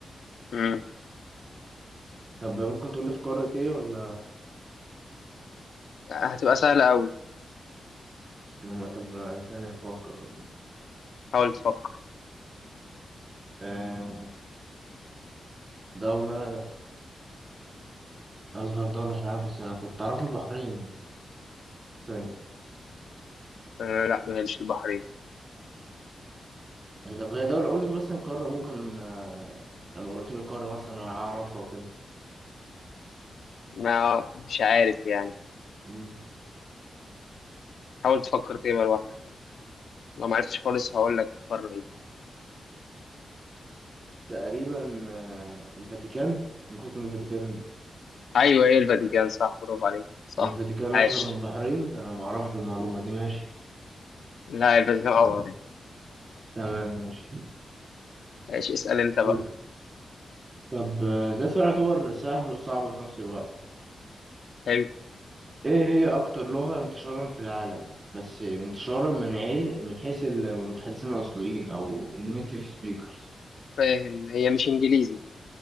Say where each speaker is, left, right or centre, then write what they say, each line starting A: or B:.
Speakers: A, on the left; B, on the right.
A: امم
B: طب ممكن تقول لي في قارة إيه ولا
A: هتبقى سهلة قوي
B: ما طب ثانية أفكر
A: حاول تفكر
B: آه دولة أصغر دولة في العالم بس أنا كنت أعرف البحرين ثاني
A: آه لا ما هي مش البحرين
B: يعني طب هي دولة أقول لك مثلا قارة ممكن آه، لما قلت لك قارة مثلا أعرفها وكده
A: ما مش عارف يعني
B: مم.
A: حاول تفكر كده لوحدك لو ما عرفتش خالص هقول لك قارة إيه.
B: تقريبا آه، الفاتيكان ممكن يكون الفاتيكان
A: ايوه ايه الفاتيكان صح برافو عليك صح
B: الفاتيكان أصغر
A: عاش
B: من البحرين أنا معرفش المعلومة دي ماشي
A: لا الفاتيكان اصغر
B: مم.
A: يعني
B: تمام ماشي
A: عاش اسال انت بقى
B: دول. طب آه، ده سؤال يعتبر سهل وصعب في نفس الوقت
A: حلو
B: إيه هي أكتر لغة انتشارا في العالم؟ بس انتشارا من عي... من حيث المتحدثين الأصليين أو النيتيف سبيكرز
A: فاهم هي مش انجليزي